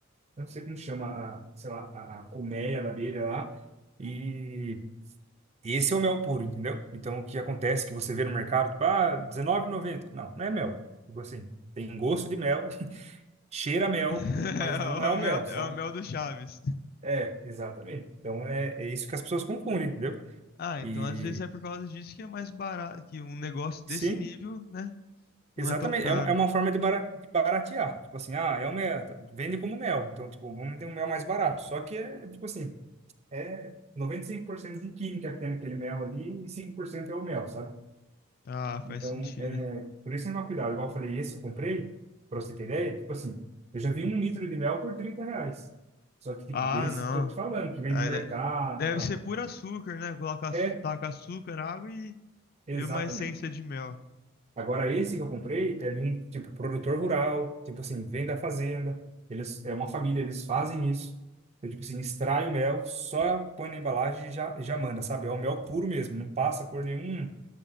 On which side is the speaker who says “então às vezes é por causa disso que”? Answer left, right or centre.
Left